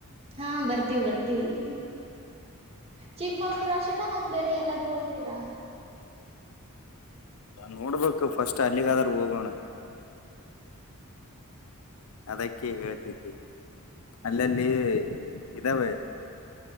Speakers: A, on the right; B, on the left.
A: ಹಾ ಬರ್ತೀವಿ ಬರ್ತೀವಿ ಚಿಕ್ಕಮಂಗಳೂರು ಅಷ್ಟೇನಾ ಮತ್ತೆ ಬೇರೆ ಎಲ್ಲಾದ್ರೂ ಹೋಗ್ತೀರಾ
B: ನೋಡಬೇಕು ಫಸ್ಟು ಅಲ್ಲಿಗಾದರೂ ಹೋಗೋಣ ಅದಕ್ಕೆ ಹೇಳ್ತಿದ್ದಿ ಸ್ಥಳಗಳು ಅಲ್ಲಲ್ಲೇ ಇದ್ದಾವೆ